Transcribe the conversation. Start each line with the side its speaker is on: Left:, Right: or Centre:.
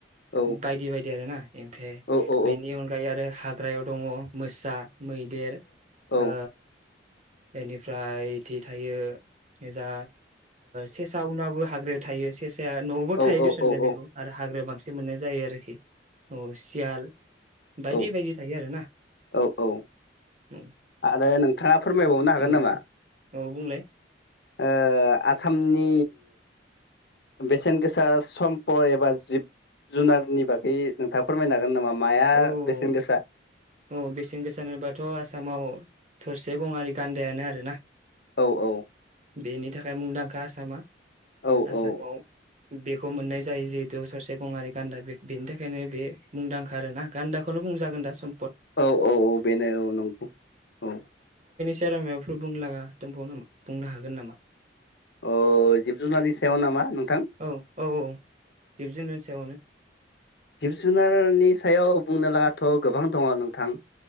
Left: औ
Right: बायदि बायदि आरोना। एमफ्राय
Left: औ औ
Right: बेनि अनगायै आरो हाग्रायाव दङ मोसा मैदेर
Left: औ
Right: ओ बेनिफ्राय बिदि थायो जा सेसा उनाबो हाग्रायाव थायो सेसा साया न'आवबो
Left: औ
Right: थायो दुसुुनलाय
Left: औ औ
Right: बेखौ आरो हाग्रायाव बांसिन मोननाय जायो आरो। <unintelligible> औ सियाल बायदि
Left: औ
Right: बायदि। थायो आरोना
Left: औ औ
Right: औ
Left: आरो नोंथाङा फोरमायबावनो हागोन
Right: औ
Left: नामा?
Right: औ बुंलाय
Left: ओ आसामनि बेसेन गोसा सम्पद एबा जिब जुनारनि बागै नोंथाङा फोरमायनो हागोन नामा? माया
Right: औ
Left: बेसेन गोसा?
Right: औ बेसेन होनोबाथ आसामाव थरसे गङारि गान्दायानो आरो ना।
Left: औ औ
Right: बेनि थाखाय मुंदांखा आसामा।
Left: औ
Right: आसामाव
Left: औ
Right: बेख बेखौ मोननाय जायो जिहेतु ससे गङारि गान्दा बे बेनि थाखायनो बे मुंदांखा आरोना गान्दाखौनो बुंजागोन दा सम
Left: औ औ औ बेनो औ नंगौ औ।
Right: सेरा माबाफोर बुंलाङा दंबाव नामा बुंनो हागोन नामा?
Left: अ जिब जुनारनि सायाव नामा नों
Right: औ औ औ दिबजेनन्नायनि सायावनो
Left: जिब जुनारनि सायाव बुंनो लागाथ' गोबां दङ नोंथां।